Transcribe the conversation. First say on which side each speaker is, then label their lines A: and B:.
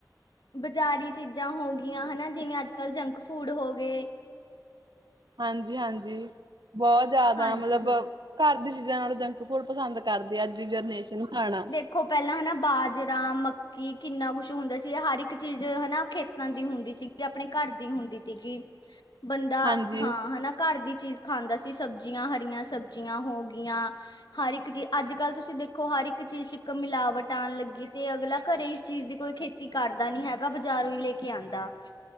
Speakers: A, on the left; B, on the right.
A: ਬਜ਼ਾਰੀ ਚੀਜ਼ਾਂ ਹੋਗੀਆਂ ਹਨਾ ਜਿਵੇਂ ਅੱਜਕੱਲ੍ਹ ਜੰਕ ਫੂਡ ਹੋ ਗਏ
B: ਹਾਂਜੀ-ਹਾਂਜੀ, ਬਹੁਤ ਜ਼ਿਆਦਾ
A: ਹਾਂਜੀ
B: ਮਤਲਬ
A: ਹਾਂ
B: ਘਰ ਦੀ ਚੀਜ਼ਾਂ ਨਾਲੋਂ ਜੰਕ ਫੂਡ ਪਸੰਦ ਕਰਦੇ ਆ ਅੱਜ ਦੀ ਜਨਰੇਸ਼ਨ ਖਾਣਾ।
A: ਵੇਖੋ ਪਹਿਲਾਂ ਹਨਾ ਬਾਜਰਾ, ਮੱ ਕੀ ਕਿੰਨਾ ਕੁਛ ਹੁੰਦਾ ਸੀ ਹਰ ਇੱਕ ਚੀਜ਼ ਹਨਾ ਖੇਤਾਂ ਦੀ ਹੁੰਦੀ ਸੀਗੀ ਆਪਣੇ ਘਰ ਦੀ ਹੁੰਦੀ ਸੀਗੀ। ਬੰਦਾ,
B: ਹਾਂਜੀ।
A: ਹਾਂ ਹਨਾ ਘਰ ਦੀ ਚੀਜ਼ ਖਾਂਦਾ ਸੀ ਸਬਜ਼ੀਆਂ ਹਰੀਆਂ ਸਬਜ਼ੀਆਂ ਹੋ ਗੀਆਂ, ਹਰ ਇੱਕ ਚੀਜ ਅੱਜਕੱਲ੍ਹ ਤੁਸੀਂ ਦੇਖੋ ਹਰ ਇੱਕ ਚੀਜ਼ ਇੱਕ ਮਿਲਾਵਟ ਆਣ ਲੱਗੀ ਤੇ ਅਗਲਾ ਘਰੇ ਇਸ ਚੀਜ਼ ਦੀ ਕੋਈ ਖੇ ਤੀ ਕਰਦਾ ਨੀ ਹੈਗਾ ਬਾਜ਼ਾਰੋਂ ਈ ਲੈ ਕੇ ਆਂਦਾ।